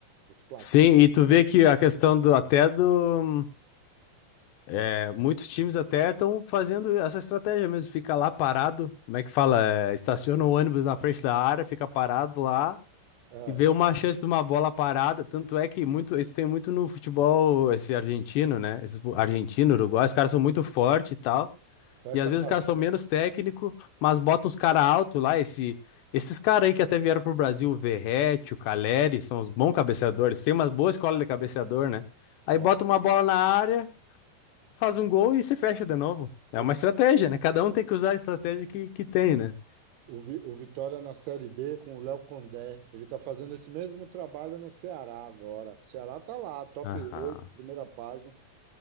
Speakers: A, on the right; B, on the left.
A: Os placares.
B: Sim, e tu vê que a questão do até do É, muitos times até estão fazendo essa estratégia mesmo, fica lá parado, como é que fala? É, estaciona o ônibus na frente da área, fica parado lá
A: É,
B: e vê uma chance de uma bola parada. Tanto é que muito, isso tem muito no futebol, esse argentino, né? Esse argentino, uruguai, os caras são muito fortes e tal.
A: fecha
B: E às
A: a
B: vezes
A: cabeça.
B: os caras são menos técnico, mas botam os caras alto lá, esse, esses caras aí que até vieram pro Brasil, o Verratti, o Caleri, são os bons cabeceadores, tem uma boa escola de cabeceador, né? Aí
A: É,
B: bota uma bola na área faz um gol e se fecha de novo. É
A: pois
B: uma
A: é.
B: estratégia, né? Cada um tem que usar a estratégia que, que tem, né?
A: O, Vi- o Vitória na Série B com o Léo Condé. Ele está fazendo esse mesmo trabalho no Ceará agora. O Ceará está lá, top
B: Aham.
A: 8 primeira página.